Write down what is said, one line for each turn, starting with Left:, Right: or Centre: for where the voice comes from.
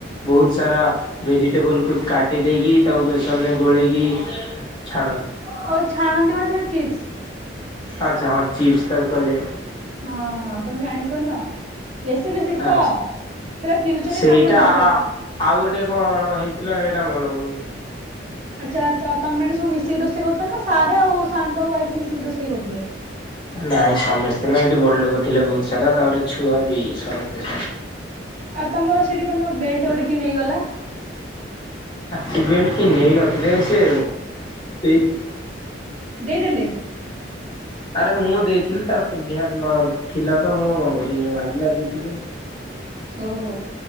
Left: ବହୁତ ସାରା ଭେଜିଟେବଲକୁ କାଟି ଦେଇେଇକି ତାକୁ ବେସନରେ ଗୋଳେଇକି ଛାଣନ୍ତି
Right: ଆଉ ଛାଣନ୍ତି ମାନେ ସେ ଚିପ୍ସ
Left: ଆଚ୍ଛା ହଁ ଚିପ୍ସ ତ କ ଯା
Right: ହଁ ହଁ ତମେ ଜାଣି ପାରୁନ ରେସିପି ଶିଖ
Left: ଆ
Right: ସେଟା ଫ୍ୟଚରରେ
Left: ସେଇଟା
Right: କାମୁଡି ଦବ
Left: ଆଉ ଗୋଟେ କ ଣ ହେଇଥିଲା ସେଇଟା ମନେ ପଡ଼ୁନି
Right: ଆଚ୍ଛା ତମେ ମେ ସବୁ ମିଶିକି ରୋଷେଇ କରୁଥିଲେ ନା ସ ଆଉ ସାଙ୍କ ୱାଇଫ୍ ମିଶିକି ରୋଷେଇ କରୁଥିଲେ ହ
Left: ନାଇଁ ସମସ୍ତେ ନ ସେଠି ବଡ ଲୋକ ଥିଲେ ବହୁତ ସାରା ତାପରେ ଛୁଆ ବି ସମସ୍ତେ
Right: ଆଉ ତମର ସେଠି କଣ ତମ ବଲଟ ଗୋଟେ କିଏ ନେଇଗଲା
Left: ସେଣ୍ଟ କି ନେଇନଥିଲେ ସେ ଦେଇଥିଲେ
Right: ଦେଇଦେଲେ
Left: ଆରେ ମୁଁ ଦେଇଥିଲି ତାର ପିନ୍ଧିବାର ନ ଥିଲା ତ ମୁଁ କଣ କର ମାଗିଲା ଦେଇଥିଲି
Right: ଓହୋ